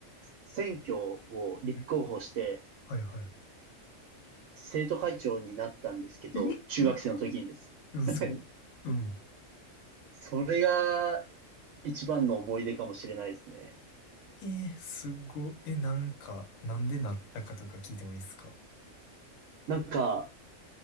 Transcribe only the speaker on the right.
選挙を立候補して、
生徒会長になったんですけど、
中学生の時にです。
<laughs>
それが一番の思い出かもしれないですね。
なんか、